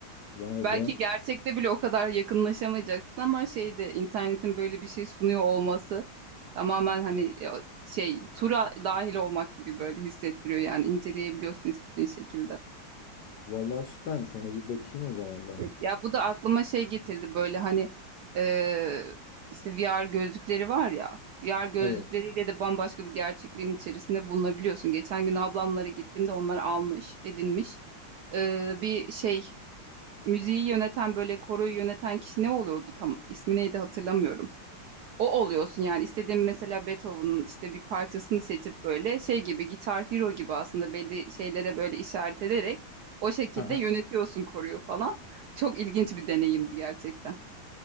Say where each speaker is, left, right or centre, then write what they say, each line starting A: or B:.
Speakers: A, on the left; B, on the right.
A: Vay
B: Belki
A: be.
B: gerçekte bile o kadar yakınlaşamayacaksın ama şeyde internetin böyle bir şey sunuyor olması tamamen hani e, şey tura dahil olmak gibi böyle hissettiriyor yani inceleyebiliyorsun istediğin şekilde.
A: Vallahi süpermiş. Ona bir bakayım o zaman ben.
B: Evet, ya bu da aklıma şey getirdi böyle hani e, işte VR gözlükleri var ya VR gözlükleriyle
A: Evet.
B: de bambaşka bir gerçekliğin içerisinde bulunabiliyorsun. Geçen gün ablamlara gittiğimde onlar almış edinmiş e, bir şey müziği yöneten böyle koroyu yöneten kişi ne oluyordu tam ismi neydi hatırlamıyorum. O oluyorsun yani istediğin mesela Beethoven'ın işte bir parçasını seçip böyle şey gibi Gitar Hero gibi aslında belli şeylere böyle işaret ederek o şekilde
A: <laughs>
B: yönetiyorsun koruyu falan. Çok ilginç bir deneyimdi gerçekten.